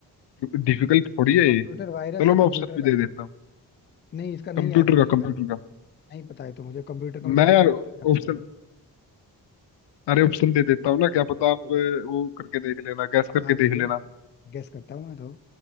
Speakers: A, on the left; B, on the left.
A: डिफिकल्ट थोड़ी है
B: कंप्यूटर
A: ये
B: वायरस
A: चलो
B: या
A: मैं
B: कंप्यूटर
A: ऑप्शन भी दे
B: का
A: देता
B: नेम
A: हूँ
B: नहीं इसका नहीं
A: कंप्यूटर
B: आता मुझे
A: का
B: भाई
A: कंप्यूटर का
B: नहीं पता है तो मुझे कंप्यूटर का मुझे
A: मैं
B: ना
A: यार
B: कंप्यूटर ना
A: ऑप्शन
B: पता था
A: अरे ऑप्शन दे देता हूँ ना क्या पता आप
B: दो
A: अ,
B: दो
A: वो करके देख लेना गैस करके
B: हाँ दो
A: देख
B: दो
A: लेना
B: गेस करता हूँ मैं तो